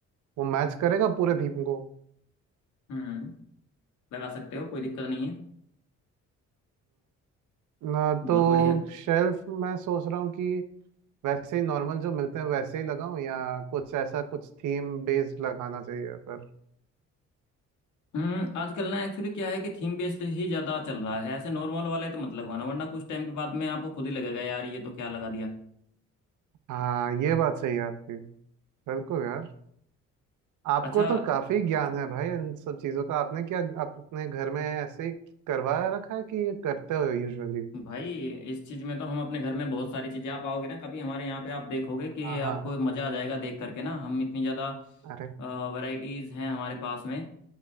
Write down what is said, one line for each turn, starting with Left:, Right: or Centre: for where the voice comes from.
Right: वो मैच करेगा पूरे थीम को
Left: हम्म लगा सकते हो कोई दिक्कत नहीं है
Right: ना
Left: बहुत
Right: तो
Left: बढ़िया
Right: शेल्फ मैं सोच रहा हूँ कि वैसे ही नॉर्मल जो मिलते हैं वैसे ही लगाऊं या कुछ ऐसा कुछ थीम बेस्ड लगाना चाहिए फिर
Left: हम्म आजकल ना एक्चुअली क्या है कि थीम बेस्ड ही ज्यादा चल रहा है ऐसे नॉर्मल वाले तो मत लगवाना वरना कुछ टाइम के बाद में आपको खुद ही लगेगा यार ये तो क्या लगा दिया
Right: हाँ ये बात सही है आपकी बिल्कुल यार आपको
Left: अच्छा
Right: तो काफी ज्ञान है भाई इन सब चीजों का आपने क्या अपने घर में ऐसे ही करवाया रखा है कि ये करते हो यूजुअली
Left: भाई इस चीज में तो हम अपने घर में बहुत सारी चीजें आप आओगे ना कभी हमारे यहाँ पे आप देखोगे कि
Right: हाँ हाँ
Left: आपको मजा आ जाएगा देख करके ना हम इतनी ज्यादा
Right: अरे
Left: वैरायटीज हैं हमारे पास में